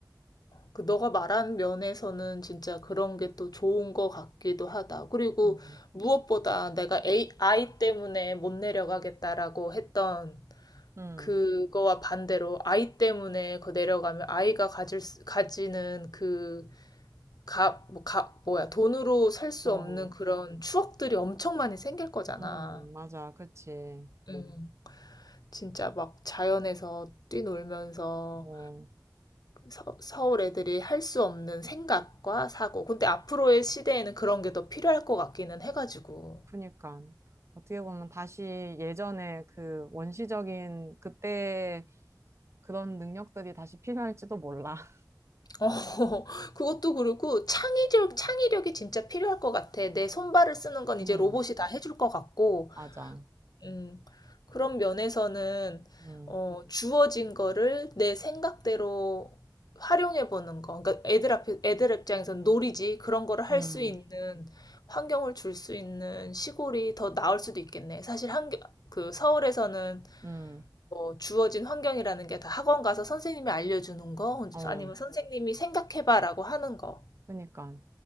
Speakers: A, on the left; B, on the right.
A: 그 너가 말한 면에서는 진짜 그런 게 또 좋은 거 같기도 하다. 그리고
B: 음,
A: 무엇보다 내가 A, 아이 때문에 못 내려가겠다라고 했던
B: 음,
A: 그거와 반대로 아이 때문에 그 내려가면 아이가 가질 수- 가지는 그 값, 뭐, 값, 뭐야, 돈으로 살 수
B: 어,
A: 없는 그런 추억들이 엄청 많이 생길 거잖아.
B: 음, 맞아, 그치.
A: 음. 진짜 막 자연에서 뛰놀면서
B: 어,
A: 서, 서울 애들이 할 수 없는 생각과 사고. 근데 앞으로의 시대에는 그런 게 더 필요할 것 같기는 해가지고.
B: 그니까. 어떻게 보면 다시 예전에 그 원시적인 그때 그런 능력들이 다시 필요할지도 몰라. <laughs>
A: 어, <laughs> 그것도 그렇고 창의력, 창의력이 진짜 필요할 것 같아. 내 손발을 쓰는 건
B: 음,
A: 이제 로봇이 다 해줄 것 같고,
B: 맞아.
A: 음, 그런 면에서는
B: 음,
A: 어, 주어진 거를 내 생각대로 활용해 보는 거. 그러니까 애들 앞에 애들 입장에서는 놀이지 그런 거를 할
B: 음,
A: 수 있는 환경을 줄 수 있는 시골이 더 나을 수도 있겠네. 사실 한그 서울에서는
B: 음,
A: 뭐 주어진 환경이라는 게 다 학원 가서 선생님이 알려주는 거
B: 어,
A: 아니면 선생님이 생각해봐라고 하는 거
B: 그니까.